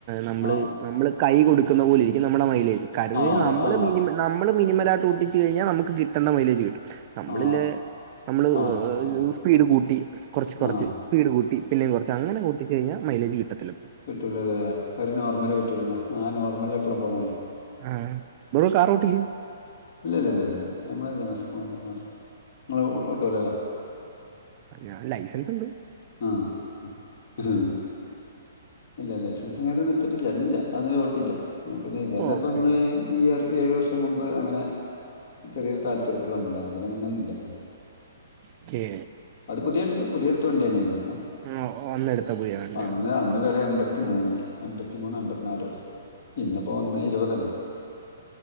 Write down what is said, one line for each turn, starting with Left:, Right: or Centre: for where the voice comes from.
Right: ന്നമ്മള്
Left: ആ
Right: ന്നമ്മള് കൈ കൊടുക്കുന്ന പോലെയിരിക്കും നമ്മളെ മൈലേജ് കാരണം
Left: ആ
Right: നമ്മള്
Left: ആ
Right: മിനിമം നമ്മള് <unintelligible> കഴിഞ്ഞാൽ നമുക്ക് കിട്ടണ്ട മൈലേജ് കിട്ടും നമ്മളില്ലേ
Left: ആ
Right: നമ്മള്
Left: ആഹ് ശരി ശരി
Right: സ്പീഡ് കൂട്ടി കൊറച്ച് കൊറച്ച്
Left: ആഹ്
Right: സ്പീഡ് കൂട്ടി പിന്നേം കൊറച്ച് അങ്ങെനെ കൂട്ടി കഴിഞ്ഞാൽ മൈലജ് കിട്ടതത്തില്ല ല്ലോ
Left: കിട്ടുല ല്ലോ ല്ലേ ഒര് നോർമേ പറ്റുള്ളൂല്ലേ ആ നോർമല് ല് എപ്പളും പോണം ല്ലേ
Right: ആഹ് ബ്രോ കാറോട്ടിക
Left: ഇല്ല ഇല്ല ഇല്ല ഇല്ല ഇല്ല നമ്മള് സ്‌കൂട്ടി മാത്രം നിങ്ങള് ഓട്ടല്ലോ ല്ലേ
Right: ഞാന് ലൈസൻസ് ണ്ട്
Left: ആഹ് ഇഹും ഇല്ല ഇല്ല ലൈസൻസും കാര്യന്നും ഇടത്ട്ടില്ല അത് ഓട്ടില്ല പിന്നെ ഇതന്നെ
Right: ഓക്കെ
Left: പ്പൊ നമ്മള് ഈ ഒരു ഏഴ് വർഷം മുമ്പ് അങ്ങനെ ചെറേരു താല്പര്യത്തിൽ വന്നതാണ് അതിന്ന് മുന്നൊന്നുല്ല
Right: ഓക്കെ
Left: അത് പുതിയണ്ട് പുതിയട് ത്ത വണ്ട്യന്നേ നു
Right: ആ അന്നെടുത്ത പുതിയ വണ്ടിയാണ്
Left: അന്ന് അന്ന് വെല എമ്പത്തിമൂന്ന് എമ്പത്തിമൂന്ന് എമ്പത്തിനാല ഇന്നപ്പോ ഒന്നേ ഇരുപതല്ലേ